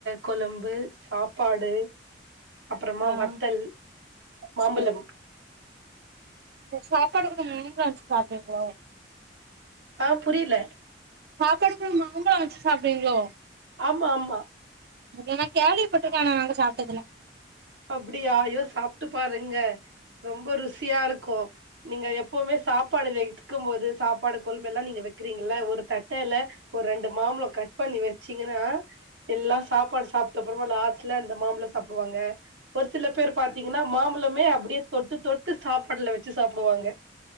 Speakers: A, on the right; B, on the right.
A: கொழம்பு சாப்பாடு அப்புறமா
B: ஆ
A: வத்தல் மாம்பழம்
B: சேர் சாப்பாடு கூட <unintelligible> வச்சு சாப்பிடுவீங்களோ
A: ஆ புரில
B: சாப்பாடு கூட மாம்பழம் வச்சு சாப்பிடுவீங்களோ
A: ஆமா ஆமா
B: அது நா கேள்வி பட்டிருக்கேன் ஆனா நாங்க சாப்பிட்டது இல்ல
A: அப்டியா ஐயோ சாப்பிட்டு பாருங்க ரொம்ப ருசியாருக்கும் நீங்க எப் எப்பவுமே சாப்பாடு வைக்கும் போது சாப்பாடு கொழம்பு எல்லா நீங்க வைக்கிறீங்கல்ல ஒரு தட்டையில ஒரு ரெண்டு மாம்பழம் கட் பண்ணி வச்சீங்கன்னா எல்லா சாப்பாடு சாப்பிட்ட அப்புறமா லாஸ்ட்டா அந்த மாம்பழம் சாப்பிடுவாங்க ஒரு சில பேர் பாத்தீங்கனா மாம்பழமே அப்டியே தொட்டு தொட்டு சாப்பாட்ல வச்சு சாப்புடுவாங்க